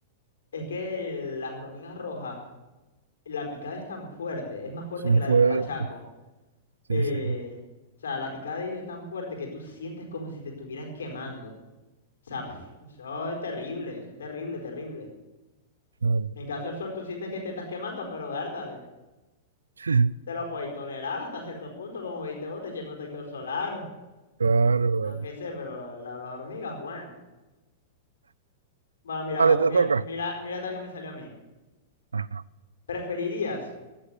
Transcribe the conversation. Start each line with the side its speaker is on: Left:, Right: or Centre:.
Left: es que las hormigas rojas, la picada es tan fuerte, es más fuerte
Right: Son
Left: que la
Right: fuertes.
Left: de los bachacos.
Right: sí,
Left: eh,
Right: sí,
Left: o sea, la picada de ellos es tan fuerte que tú sientes como si te estuvieras quemando. O sea, pf, eso es terrible, eso es terrible, terrible.
Right: claro.
Left: En caso del sol, tú sientes que te estás quemando, pero vértale.
Right: <laughs>
Left: Te lo puedes tolerar hasta cierto punto, como viste vos, te eché protector solar,
Right: Claro, claro.
Left: yo qué sé, pero la- las hormigas, bueno. Bueno, mira,
Right: Dale,
Left: va-
Right: te
Left: mira,
Right: toca.
Left: mira, mira hasta que me salió a mí.
Right: Ajá.
Left: ¿Preferirías